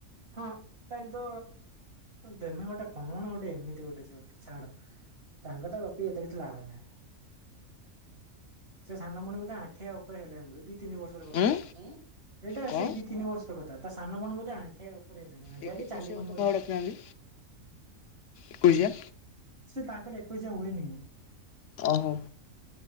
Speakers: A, on the right; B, on the left.
A: ହଁ। ତାହେଲେ ତ ତମେ ଗୋଟେ କଣ ଗୋଟେ ଏମିତି ଗୋଟେ ଯେ ଗୋଟେ ଛାଡ ତାଙ୍କ କଥା ଗପିକି ଏତେ କିଛି ଲାଭ ନାହିଁ ସେ ସାନ ଭଉଣୀ ବୋଧେ ଆଣ୍ଠିଆ ଉପରେ ହେଲାଣି ବୋଧେ ଦି ତିନି ବର୍ଷର କଥା
B: ଉଁ
A: ଏଇଟା ଏଇଟା
B: କଣ
A: ସେ ଦି ତିନି ବର୍ଷର କଥା ତା ସାନ ଭଉଣୀ ବୋଧେ ଏବେ ଆଣ୍ଠିଆ ଉପରେ ହେଲାଣି। ଚାଲିବଣି
B: ଏ ଏକୋଇଶିଆ ଗୋଟେ
A: ବୋଧେ
B: କାହାକୁ ଡାକିନାହାନ୍ତି ଏକୋଇଶିଆ
A: ସେ ତାଙ୍କର ଏକଉଷୀୟା ହୁଏନି।
B: ଅହମ